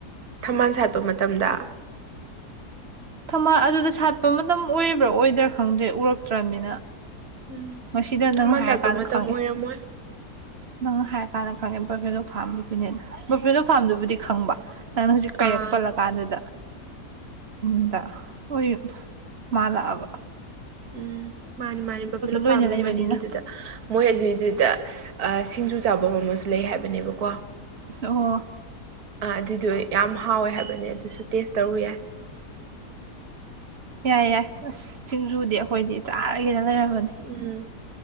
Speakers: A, on the right; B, on the right.
A: ꯊꯝꯕꯥꯜ ꯁꯥꯠꯄ ꯃꯇꯝꯗ
B: ꯊꯝꯃ ꯑꯗꯨꯗ ꯁꯥꯠꯄ ꯃꯇꯝ ꯑꯣꯏꯔꯕ꯭ꯔꯥ ꯑꯣꯏꯗ꯭ꯔꯥ ꯈꯪꯗ꯭ꯔꯦ ꯎꯔꯛꯇ꯭ꯔꯅꯤꯅ
A: ꯎꯝ
B: ꯃꯁꯤꯗ ꯅꯪ
A: ꯊꯝꯕꯥꯜ
B: ꯍꯥꯏꯔꯀꯥꯟꯗ
A: ꯁꯥꯠꯄ ꯃꯇꯝ
B: ꯈꯪꯉꯦ
A: ꯑꯣꯏꯔꯝꯃꯣꯏ
B: ꯅꯪ ꯍꯥꯏꯔ ꯀꯥꯟꯅ ꯈꯪꯒꯄ ꯐꯔꯣ ꯊꯝꯕꯤꯗꯨꯅꯦꯅ ꯐꯅ ꯐꯥꯝꯗꯨꯕꯨꯗꯤ ꯈꯪꯕ ꯅꯪ ꯍꯧꯖꯤꯛ ꯀꯩꯔꯛ
A: ꯑꯥ
B: ꯄꯜꯂ ꯀꯥꯟꯗꯨꯗ ꯝꯗ ꯑꯣꯏ ꯃꯥꯂꯕ
A: ꯎꯝ ꯃꯥꯅꯤ ꯃꯥꯅꯤꯝꯕ ꯐꯂꯂꯝ
B: ꯂꯣꯏꯅ
A: ꯄꯥꯝꯅꯤ
B: ꯂꯩꯕꯅꯤꯅ
A: ꯃꯅꯤꯡꯒꯤꯗꯨꯗ ꯃꯣꯏ ꯑꯗꯨꯏꯗꯨꯗ ꯁꯤꯡꯖꯨ ꯆꯥꯐꯝ ꯑꯃꯁꯨ ꯂꯩ ꯍꯥꯏꯕꯅꯦꯕꯀꯣ ꯑ ꯑꯗꯨ
B: ꯑꯣ
A: ꯑꯗꯨꯗꯨꯏ ꯌꯥꯝ ꯍꯥꯎꯋꯦ ꯍꯥꯏꯕꯅꯦ ꯑꯗꯨꯁꯨ ꯇꯦꯁ ꯇꯧꯔꯨ ꯌꯥꯏ
B: ꯌꯥꯏ ꯌꯥꯏ ꯑꯁ ꯁꯤꯡꯖꯨꯗꯤ ꯑꯩꯈꯣꯏꯗꯤ ꯆꯥꯔꯒꯦꯗ ꯂꯩꯔꯝꯖꯅꯦ
A: ꯎꯝ